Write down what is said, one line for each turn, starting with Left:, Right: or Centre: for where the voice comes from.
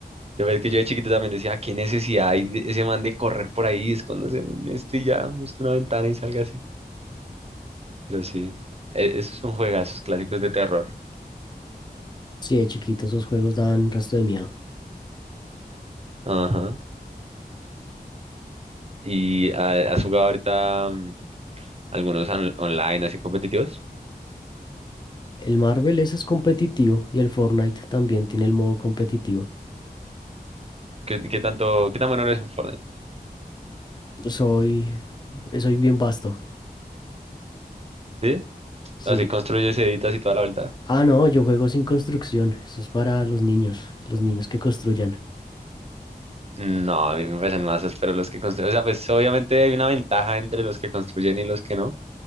Right: De verdad que yo de chiquito también decía, "Ah, ¿qué necesidad hay de ese man de correr por ahí, esconderse en un este y ya, busque una ventana y salga Pero sí, e- esos son juegazos clásicos de terror.
Left: Sí, de chiquito esos juegos dan resto de miedo.
Right: Ajá. ¿Y ha- has jugado ahorita mm, algunos on- online así competitivos?
Left: El Marvel ese es competitivo y el Fortnite también tiene el modo competitivo.
Right: ¿Qué, qué tanto, qué tan bueno eres en Fortnite?
Left: Soy, soy bien vasto.
Right: ¿Sí?
Left: Sí.
Right: Así construyes, editas y toda la vuelta.
Left: Ah, no, yo juego sin construcción. Eso es para los niños, los niños que construyan.
Right: No, a mí me parecen masas, pero los que construyen, o sea, pues obviamente hay una ventaja entre los que construyen y los que no,